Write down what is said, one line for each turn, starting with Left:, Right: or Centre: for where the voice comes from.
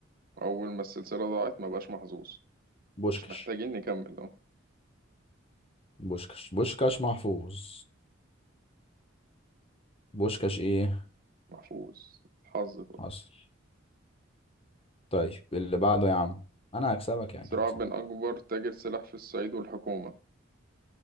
Right: أول ما السلسلة ضاعت ما بقاش محظوظ
Left: بوشكش
Right: مش محتاجين نكمل اه
Left: بوشكش بوشكش محفوظ بوشكش ايه
Right: محفوظ الحظ كله
Left: حصل طيب اللي بعده يا عم انا هكسبك يعني
Right: صراع
Left: هكسبك
Right: بين أكبر تاجر سلاح في الصعيد والحكومة